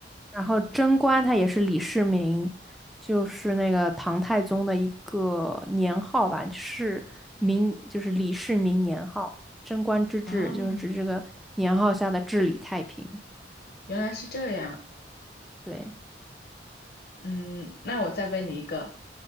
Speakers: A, in the centre; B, on the left (about 55°).
A: 然后贞观他也是李世民，就是那个唐太宗的一个年号吧，是明，就是李世民年号。贞观之治就是指这个年号下的治理太平。
B: 哦，原来是这样。
A: 对，
B: 嗯，那我再问你一个。